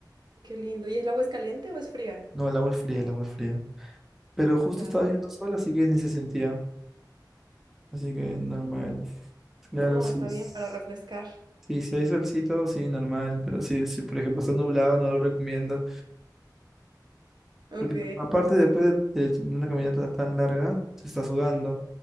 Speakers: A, on the right; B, in the centre.
A: qué lindo. ¿Y el agua es caliente o es fría?
B: No, el agua es fría, el agua es fría. Pero justo
A: Ya.
B: estaba haciendo sol, así que ni se sentía. Así que normal. Claro,
A: No,
B: sí.
A: está
B: Sí,
A: bien para refrescar.
B: si hay solcito, sí, normal, pero si, si por ejemplo está nublado, no lo recomiendo,
A: Ok,
B: porque aparte después de, de una caminata tan, tan larga, se está sudando,